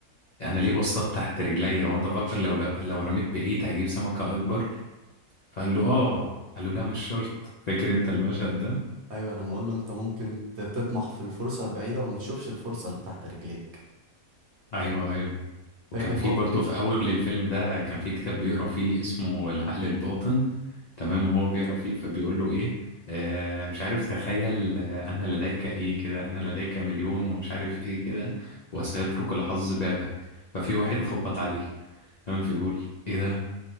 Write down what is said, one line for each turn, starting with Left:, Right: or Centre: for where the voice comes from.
Left: انا ليه بصطاد تحت رجليا وانت مفكر لو لو رميت بعيد هجيب سمكة اكبر فقال له اه قال له لا مش شرط فاكر انت المشهد ده
Right: أيوة لما أقول له أنت ممكن ت- تطمح في الفرصة البعيدة وما تشوفش الفرصة اللي تحت رجليك
Left: ايوه ايوه وكان
Right: فاكر
Left: في
Right: هو
Left: برضه في أول الفيلم ده كان في كتاب بيقرأ فيه اسمه العقل الباطن تمام وهو بيقرأ فيه فبيقول له إيه آه مش عارف تخيل آه، أن لديك إيه كده أن لديك مليون ومش عارف إيه كده وسيترك الحظ بابك ففي واحد خبط عليه تمام فبيقول إيه ده